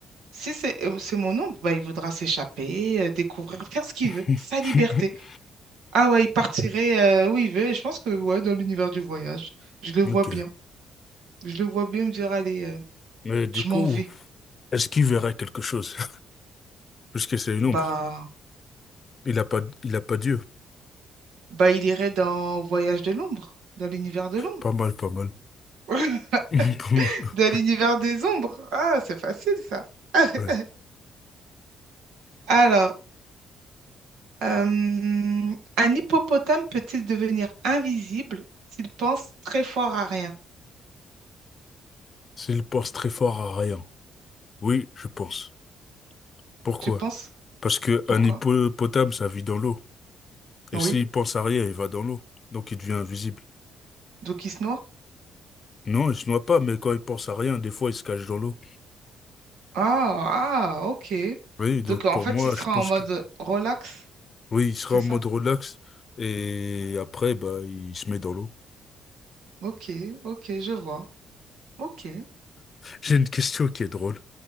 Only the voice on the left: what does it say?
<laughs>
Ok.
Mais du
coup,
est-ce qu'il verrait quelque chose? <laughs> Puisque c'est une
ombre. Il a pas, il a pas Dieu.
Pas mal, pas mal.
<laughs>
Ouais.
S'il pense très fort à rien. Oui, je pense. Pourquoi?
Parce que
un hippopotame, ça vit dans l'eau. Et
s'il pense à rien, il va dans l'eau. Donc il devient invisible.
Non, il se noie pas, mais quand il pense à rien, des fois, il se cache dans l'eau.
Oui, donc
pour
moi,
je pense
que
oui, il sera
en
mode relax. Et après, bah, il se met dans l'eau.
J'ai une question qui est drôle.